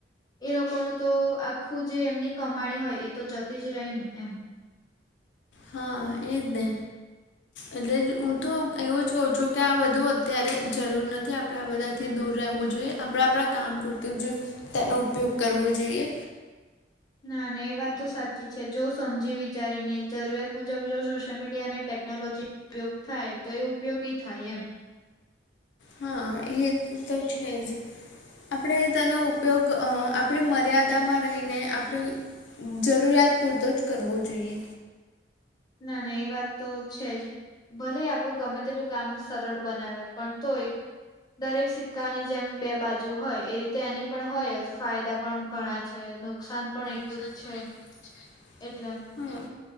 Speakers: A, on the left; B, on the left.
A: એ લોકોનું તો આખું જે એમની કમાણી હોય એ તો જતી જ રહી ને એમ.
B: હા એ જ ને એટલે જ હું તો એવું જ કવ છું કે આ બધું અત્યારે જરૂર નથી આપ ડે આ બધાથી દૂર રહેવું જોઈએ આપણા આપણા કામ પૂરતું જ તેનો ઉપયોગ કરવો જોઈએ.
A: ના ના એ વાત તો સાચી છે જો સમજી વિચારીને જરૂરિયાત મુજબ જો સોશિયલ મીડિયા અને ટેકનોલોજી ઉપયોગ થાય તો એ ઉપયોગી થાય એમ.
B: હા એ તો જ છે જ આપણે તેનો ઉપયોગ આપણી મર્યાદામાં રહીને આપડી જરૂરિયાત પૂરતો જ કરવો જોઈએ.
A: ના ના એ વાત તો છે જ ભલે આપણું ગમે તેટલું કામ સરળ બનાવે પણ તોય દરેક સિક્કાની જેમ બે બાજુ હોય એ રીતે એની પણ હોય જ ફાયદા પણ ઘણા છે નુકસાન પણ એટલું
B: નુકસાન
A: જ
B: પણ
A: છે
B: એટલું જ છે.
A: એટલે
B: હા